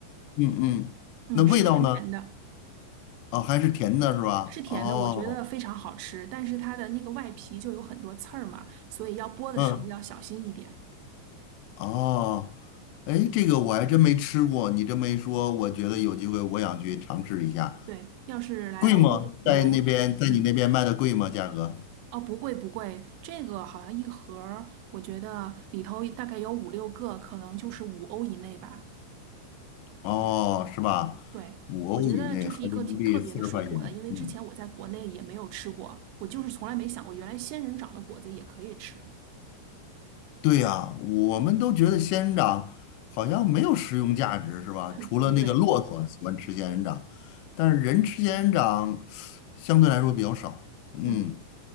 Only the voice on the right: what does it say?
嗯，
是甜甜的。
是甜的，
我觉得非常好吃，但是它的那个外皮就有很多刺儿嘛，所以要剥的时候要小心一点。
对，要是来欧洲旅游，
嗯，
哦，不贵不贵，这个好像一盒儿，我觉得里头大概有五六个，可能就是五欧以内吧。
对，
我觉得这是一个挺特别的水果的，
因为之前我在国内也没有吃过，
我就是从来没想过原来仙人掌的果子也可以吃。
嗯，
对，
嗯，